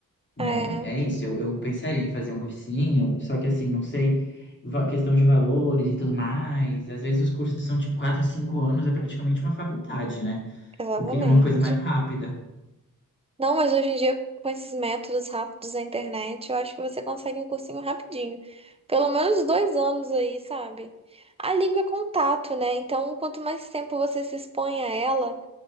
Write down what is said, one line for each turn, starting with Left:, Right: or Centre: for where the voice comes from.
Left: É,
Right: É,
Left: é isso, eu, eu pensaria em fazer um cursinho, só que assim, não sei, va- questão de valores e tudo mais. Às vezes os cursos são tipo 4, 5 anos, é praticamente uma faculdade, né?
Right: exatamente.
Left: Eu queria uma coisa mais rápida.
Right: Não, mas hoje em dia, com esses métodos rápidos da internet, eu acho que você consegue um cursinho rapidinho. Pelo menos dois anos aí, sabe? A língua é contato, né? Então, quanto mais tempo você se expõe a ela,